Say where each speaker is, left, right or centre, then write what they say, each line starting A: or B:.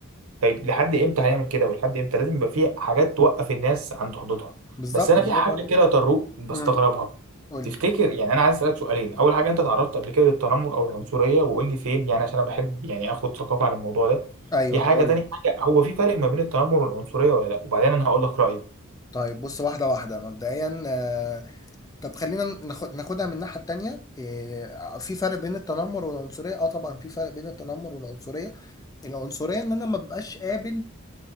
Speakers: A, on the right; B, on the left.
A: طيب لحد امتى هنعمل كده ولحد امتى لازم يبقى في حاجات توقف الناس عند حدودها
B: بالظبط
A: بس انا
B: برافو
A: في حاجه
B: عليك
A: كده يا طروق بستغربها
B: امم قول
A: تفتكر
B: لي
A: يعني انا عايز اسالك سؤالين اول حاجه انت تعرضت قبل كده للتنمر او العنصريه وقول لي فين يعني عشان انا بحب يعني اخد ثقافه عن الموضوع ده
B: ايوه
A: دي حاجه
B: هقول
A: تاني
B: لك
A: حاجه هو في فرق ما بين التنمر والعنصريه ولا لا وبعدين انا هقول لك رايي
B: طيب بص واحده واحده مبدئيا آه، طب خلينا ناخد ناخدها من الناحيه التانيه آه، في فرق بين التنمر والعنصريه اه طبعا في فرق بين التنمر والعنصريه العنصريه ان انا ما ببقاش قابل